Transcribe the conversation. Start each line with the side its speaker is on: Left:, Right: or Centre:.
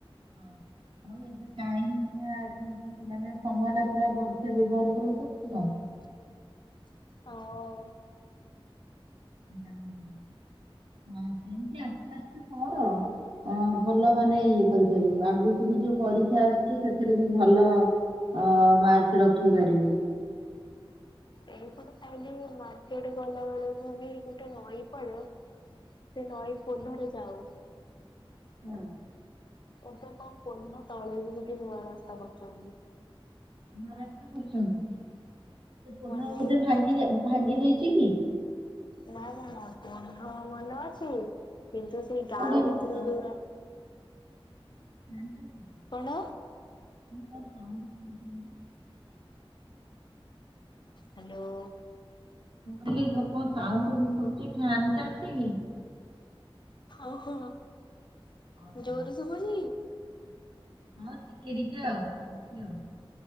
Right: ଆଉ ଏବେ ଟାଇମ୍ ଟା ମାନେ ସମୟ ଟା ପୁରା ଭଲସେ ବ୍ୟବହାର କର। <unintelligible>
Left: ହଁ।
Right: ହଁ ହଁ ସେମତି ଅ ତୁ ଆସି କର ଭଲ ମାନେ ଇଏ କରିପାରିବୁ। ଆଗକୁ ବି ଯୋଉ ପରୀକ୍ଷା ଆସୁଚି ସେଥିରେ ବି ଭଲ ଅ ମାର୍କ ରଖି ପାରିବୁ।
Left: ଏଇପଟ ସାଇଟ୍ ରେ ମାର୍କେଟ ଗଲା ବେଳକୁ ବି ଗୋଟେ ନଈ ପଡେ ସେ ନଈ ପୋଲରେ ଯାଉ।
Right: ହୁଁ।
Left: ଏବେ କଣ ପୋଲ ତଳେ ବି ଗୋଟେ ନୂଆ ରାସ୍ତା କରୁଛନ୍ତି।
Right: ନୂଆ ରାସ୍ତା କରୁଛନ୍ତି। ସେ ପୋଲ
Left: ମାନେ
Right: ବୋଧେ ଭାଙ୍ଗି ଯାଇ ଭାଙ୍ଗି ଯାଇଚି କି କି!
Left: ନାଇ ନା ନା ପଣି ହ ମନେ ଅଛି କିନ୍ତୁ ସେଇ ଗାଁ
Right: କଣ
Left: ଭିତରୁ
Right: ଗୋଟେ ହଁ
Left: ଯଉା
Right: <unintelligible>
Left: କଣ?
Right: <unintelligible>
Left: ହ୍ୟାଲୋ।
Right: ହଲି କଣ ସାଉଣ୍ଡ ଶୁବଛି ଫ୍ୟାନ ଚଲଛି କି?
Left: ଓହୋ
Right: ଓହୋ
Left: ଜୋରୁ ସବୁନ
Right: ହଁ ଟିକେ ଟିକେ ଶୁଭୁଚି ଆଉ।